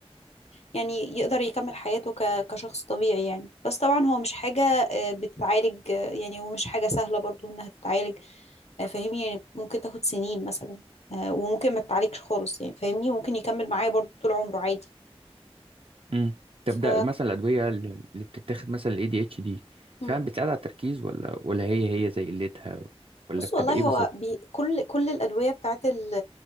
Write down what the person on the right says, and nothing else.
امم طب
ده مثلا الادويه اللي اللي بتتاخد مثلا الاي دي اتش دي
فعلا بتساعد على التركيز ولا ولا هي هي زي قلتها ولا
بتبقى
ايه بالظبط